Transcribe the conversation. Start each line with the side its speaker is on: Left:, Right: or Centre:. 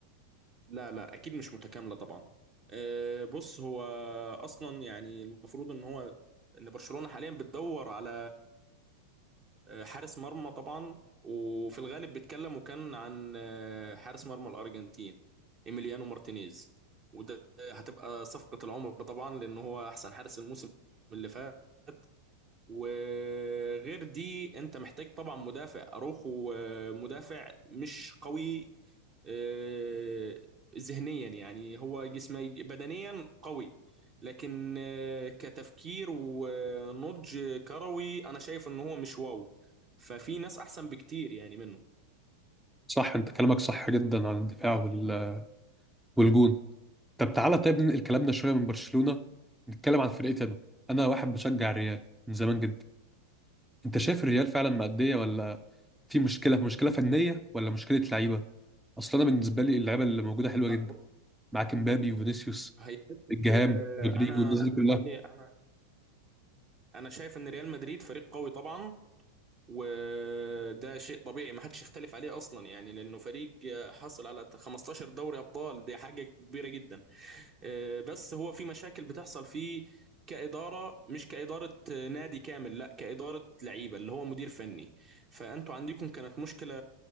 Right: لا لا اكيد مش متكامله طبعا آه، بص هو اصلا يعني المفروض ان هو ان برشلونه حاليا بتدور على آه، حارس مرمى طبعا وفي الغالب بيتكلم وكان عن آه، حارس مرمى الأرجنتين إيميليانو مارتينيز وده هتبقى صفقة العمر طبعا لأن هو أحسن حارس الموسم اللي فات وغير دي انت محتاج طبعا مدافع اروخو آه، مدافع مش قوي آه، ذهنيا يعني هو جسمه بدنيا قوي لكن آه، كتفكير ونضج كروي انا شايف ان هو مش واو ففي ناس احسن بكتير يعني منه
Centre: صح انت كلامك صح جدا عن الدفاع وال... والجون طب تعالى طيب ننقل كلامنا شويه من برشلونه نتكلم عن فرقتي انا انا واحد بشجع الريال من زمان جدا انت شايف الريال فعلا مأديه ولا في مشكله مشكله فنيه ولا مشكله لعيبه اصلا انا بالنسبه لي اللعيبه اللي موجوده حلوه
Right: لا
Centre: جدا
Right: بص
Centre: معاك امبابي وفينيسيوس
Right: هي حته
Centre: الجهام
Right: آه،
Centre: رودريجو
Right: انا
Centre: الناس
Right: عن
Centre: دي كلها
Right: نفسي انا انا شايف ان ريال مدريد فريق قوي طبعا وده شيء طبيعي ما حدش يختلف عليه اصلا يعني لانه فريق حصل على 15 دوري ابطال دي حاجه كبيره جدا آه، بس هو في مشاكل بتحصل فيه كاداره مش كاداره آه، نادي كامل لا كاداره لعيبه اللي هو مدير فني فانتوا عندكم كانت مشكله